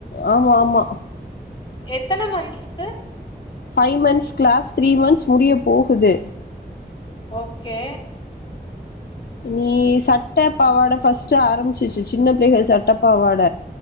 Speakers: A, on the left; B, on the left.
A: ஆமா ஆமா
B: எத்தன மன்ஸ்க்கு
A: five months class three months முடிய போகுது
B: ஓகே
A: நீ சட்ட பாவாட ஃபர்ஸ்ட்டு ஆரம்பிச்சிச்சு சின்ன பிள்ளைல சட்ட பாவாட